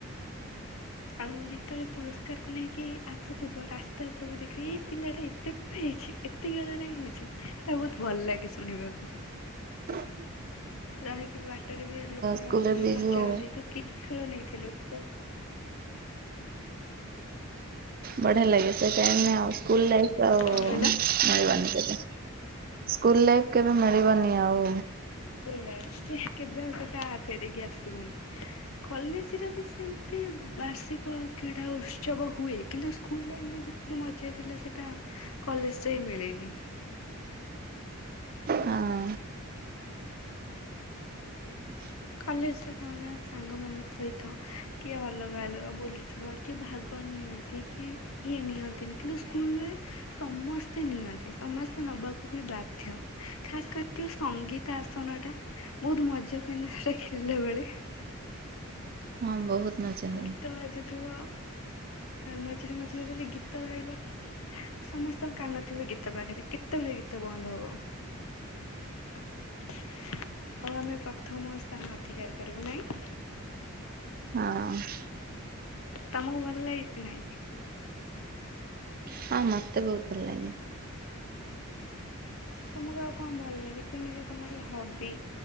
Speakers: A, on the left; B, on the right.
A: ଆଉ ଯେତେବେଳେ ପୁରସ୍କାରକୁ ନେଇକି ଆସୁଥିବ ରାସ୍ତାରେ ସବୁ ଦେଖିକି ଏଇ ପିଲାଟା ଏତେ ହେଇଚି ଏତେ ଖେଳରେ ହେଇଛି ତା ବହୁତ ଭଲ ଲାଗେ ଶୁଣିବାକୁ।
B: ହ ହ
A: ରହିକି ବାଟରେ ବି ଲୋକ ରଖିକି
B: ସ୍କୁଲରେ ବି
A: ପଚାରନ୍ତି
B: ଯୋଉ
A: ତୁ କିହ ଖେଳ ନେଇଥିଲୁ କୋଉ
B: ବଢ଼ିଆ ଲାଗେ ସେ ଟାଇମ୍ ଆଉ ସ୍କୁଲ ଲାଇଫ ଆଉ
A: କଣ କହିଲ?
B: ମିଳିବନି କେବେ। ସ୍କୁଲ ଲାଇଫ କେବେ ମିଳିବନି ଆଉ।
A: ବୁଲାଇସି କେବେ ଆଉ ସେଟା ଫେରିକି ଆସିବନି। କଲେଜରେ ବି ସେମିତି ବାର୍ଷିକ କ୍ରୀଡ଼ା ଉତ୍ସବ ହୁଏ କିନ୍ତୁ ସ୍କୁଲରେ ଏମିତି କି ମଜା ଥିଲା ସେଟା କଲେଜରେ ମିଳେନି।
B: ହଁ ହ
A: କଲେଜ ର କଣ ନା ସାଙ୍ଗମାନ ସହିତ କିଏ ଅଲଗା ଅଲଗା ବୁଲୁଥିବ। କିଏ ଭାଗ ନିଅନ୍ତି କି ଇଏ ନିଅନ୍ତିନି କିନ୍ତୁ ସ୍କୁଲ ବେଳେ ସମସ୍ତେ ନିଅନ୍ତି ସମସ୍ତେ ନବାକୁ ବି ବାଧ୍ୟ ଖାସ କରି ସଙ୍ଗୀତ ଆସନଟା ବୋହୁତ ମଜା ହୁଏ ନା ସେଇଟା ଖେଳିଲା ବେଳେ?
B: ହଁ ବହୁତ ମଜା ହୁଏ।
A: ଗୀତ ବାଜୁଥୁବ ମଝିରେ ମଝିରେ ଆ ଯେତେବେଳେ ଗୀତ ରହିବ ସମସ୍ତଙ୍କ କାନ ଥିବ ଗୀତ ପାଖରେ କେତେବେଳେ ଗୀତ ବନ୍ଦ ହବ। ଆଉ ଆମେ ପ୍ରଥମ ସ୍ଥାନ ଅଧିକାର କରିବୁ ନାଇଁ।
B: ହଁ।
A: ତମକୁ ଭଲ ଲାଗେ କି ନାଇଁ?
B: ହଁ ମତେ ବୋହୁତ ଭଲ ଲାଗେ।
A: ତମକୁ ଆଉ କଣ ଭଲ ଲାଗେ ଯେମିତି ତମର ହବି?